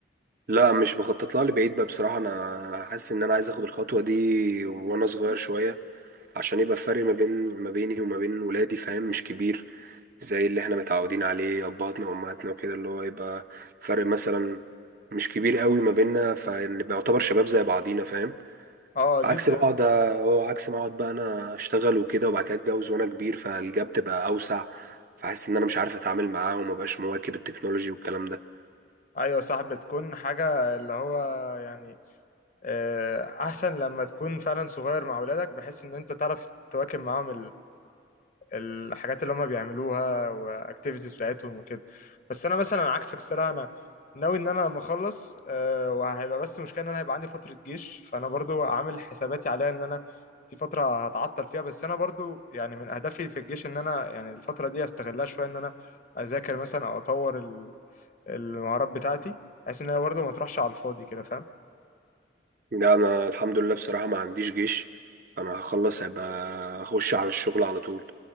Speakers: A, on the right; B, on the left.
A: لا مش بخطط لها لبعيد بقى بصراحه انا حاسس ان انا عايز اخد الخطوه دي وانا صغير شويه عشان يبقى الفرق ما بين ما بيني وما بين ولادي فاهم مش كبير زي اللي احنا متعودين عليه ابهاتنا وامهاتنا وكده اللي هو يبقى فرق مثلا مش كبير قوي ما بيننا فنبقى يعتبر شباب زي بعضينا فاهم
B: اه
A: عكس
B: دي بت...
A: بقعد هو عكس ما اقعد بقى انا اشتغل وكده وبعد كده اتجوز وانا كبير فالجاب تبقى اوسع فحاسس ان انا مش عارف اتعامل معاه ومبقاش مواكب التكنولوجي والكلام ده
B: ايوه صح بتكون حاجة اللي هو يعني آه، احسن لما تكون فعلا صغير مع ولادك بحيث ان انت تعرف تواكب معاهم الحاجات اللي هم بيعملوها واكتيفيتيز بتاعتهم وكده بس انا مثلا عكسك الصراحه انا ناوي ان انا لما اخلص آه، وهيبقى بس مشكله ان انا هيبقى عندي فتره جيش فانا برضو عامل حساباتي عليها ان انا في فتره هتعطل فيها بس انا برضو يعني من اهدافي في الجيش ان انا يعني الفتره دي استغلها شويه ان انا اذاكر مثلا او اطور ال- المهارات بتاعتي بحيث ان انا برضو ما تروحش على الفاضي كده فاهم
A: لا انا الحمد لله بصراحة ما عنديش جيش فانا هخلص هيبقى اخش على الشغل على طول